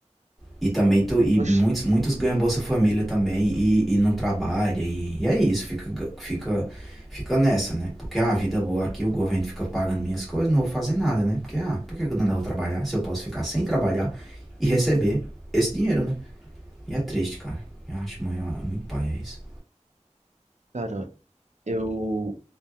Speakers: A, in the centre; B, on the right.
A: E também tô, e
B: oxe,
A: muitos, muitos ganham Bolsa Família também e, e não trabalha. E, e é isso, fica, fica, fica nessa, né? Porque a ah, vida é boa aqui, o governo fica pagando minhas coisas, não vou fazer nada, né? Porque, ah, por que que eu não vou trabalhar se eu posso ficar sem trabalhar e receber esse dinheiro, né? E é triste, cara. Eu acho, mãe, é muito paia isso.
B: Cara, eu